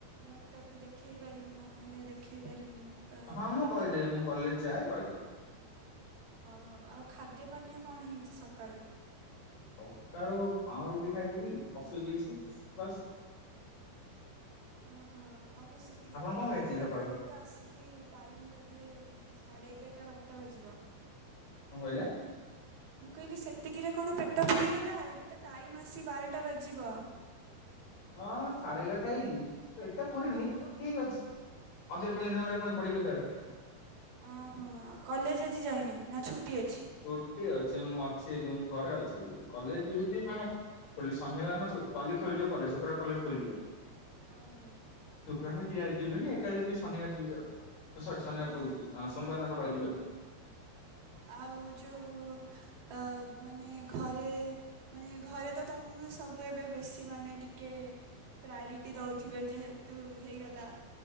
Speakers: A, on the right; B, on the left.
A: ଡକ୍ଟରକୁ ଦେଖାଇ ପାରିବି ନହେଲେ ଦେଖାଇ ପାରିବିନି। ତ
B: ହଁ ମୁଁ କହିଦେବି
A: ଟିକ
B: ମୁଁ କଲେଜ ଯାଏ କହିଦେବି।
A: ହଉ ହଉ ଆଉ ଖାଦ୍ୟ ପାନୀୟ କଣ ହେଇଛି ସକାଳୁ।
B: ସକାଳୁ ପାଁ ରୁଟି ଖାଇଥିଲି କଫି ପିଇଥିଲି ବାସ୍।
A: ଅହୋ ଆଉ କ ସେତିକିରେ
B: ଆପଣ
A: ପେଟ
B: କଣ ଖାଇଥିଲେ
A: ପୁରିଗଲା
B: ସକାଳୁ
A: ଏବେ। ତେ ଆସିକି ଟାଇମ୍ ବୋଧେ ସାଢ଼େ ଏଗାରଟା ବାରଟା ବାଜିବ
B: କଁ କହିଲେ।
A: ମୁଁ କହିଲି ସେତିକିରେ କଣ ପେଟ ପୁରିଗଲା ଏବେ ତ ଟାଇମ୍ ଆସି ବାରଟା ବାଜିବ।
B: ହଁ ସାଢେ ଏଗାରଟା ହେଇଛିି ପେଟ ପୁରିନି ବଟ୍ ଠିକ ଅଛି। <unintelligible>
A: ଓହୋ ଆ କଲେଜ ଆଜି ଯାଇନ ନା ଛୁଟି ଅଛି।
B: ଛୁଟି ଅଛି ମୁଁ ଅଛି ରୁମ ଘରେ ଅଛି କଲେଜ ଯିବି ଯେ ମାନେ ଖୋଲି ଶନିବାର ନ ସ ଖୋଲିଯିବ କଲେ ଶୁକ୍ରବାର କଲେଜ ଖୋଲିଯିବ।
A: ଓହୋ।
B: ଶୁକ୍ରବାର କେଆଯିବନି ଏକା ଯଦି ସି ଶନିବାର ଯିବି ଆଉ ସରି ଶନିବାର
A: ଓହୋ।
B: କହୁଥିଲି ସୋମବାର ନ ସକାଳେ
A: ହୁଁ
B: ଯିବି
A: ହୁଁ
B: ଆଉ।
A: ଆଉ ଯୋଉ ଅ ମାନେ ଘରେ ମାନେ ଘରେ ତ ତମକୁ ସବୁ ଏବେ ବେଶୀ ମାନେ ଟିକେ ପ୍ରାୟୋରିଟି ଦେଉଥିବେ ଯେହେତୁ ହେଇଗଲା